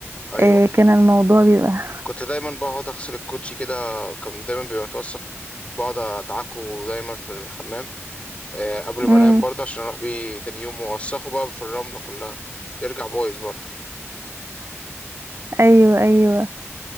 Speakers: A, on the left; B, on the right.
A: ايوه
B: إيه كان الموضوع بيبقى
A: كنت دايما بقعد اغسل الكوتشي كده كان دايما بيبقى متوسخ بقعد ادعكه دايما في الحمام آه، قبل
B: <laughs>
A: ما
B: امم
A: انام برضه عشان اروح بيه تاني يوم واوسخه بقى في الرملة كلها يرجع بايظ برضه
B: ايوه ايوه